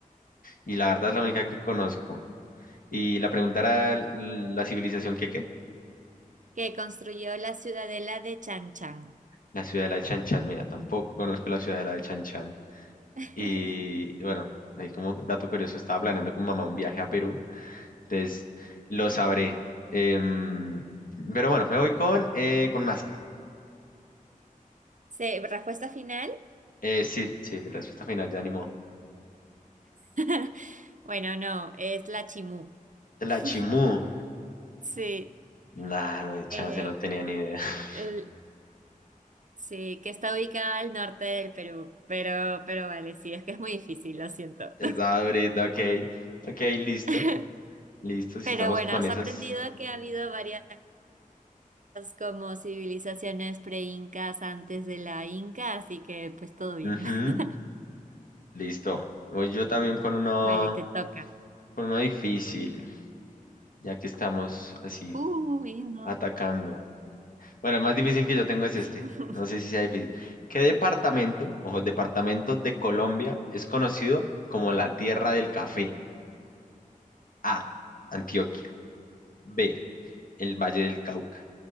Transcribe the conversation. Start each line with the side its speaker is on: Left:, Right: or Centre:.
Left: y la verdad es la única que conozco. Y la pregunta era l- la civilización que qué?
Right: Que construyó la ciudadela de Chan Chan.
Left: La ciudad de la de Chan Chan. Mira, tampoco conozco la ciudad de la de Chan Chan.
Right: <laughs>
Left: Y bueno, ahí como dato curioso, estaba planeando con mamá un viaje a Perú. Entonces, lo sabré. Em, pero bueno, me voy con, eh, con Nazca.
Right: Sí, respuesta final.
Left: Eh, sí, sí, mi respuesta final, ya animó.
Right: <laughs> Bueno, no, es la Chimú.
Left: De la
Right: <laughs>
Left: Chimú.
Right: Sí.
Left: Nah, no hay chance,
Right: Eh,
Left: no tenía ni idea. <laughs>
Right: l- Sí, que está ubicada al norte del Perú, pero, pero vale, sí, es que es muy difícil, lo siento.
Left: Estaba ahorita ok. Ok, listo.
Right: <laughs>
Left: Listo, si
Right: Pero
Left: estamos
Right: bueno,
Left: con
Right: has
Left: esas.
Right: aprendido que ha habido varias como civilizaciones pre-incas antes de la Inca, así que pues todo bien.
Left: Ujú,
Right: <laughs>
Left: listo. Voy yo también con uno.
Right: Vale, te toca.
Left: Por uno difícil, ya que estamos así
Right: Uy, no.
Left: atacando. Bueno, el más difícil que yo tengo es
Right: <laughs>
Left: este. No sé si sea difícil. ¿Qué departamento, ojo, departamento de Colombia es conocido como la tierra del café? A. Antioquia. B. El Valle del Cauca.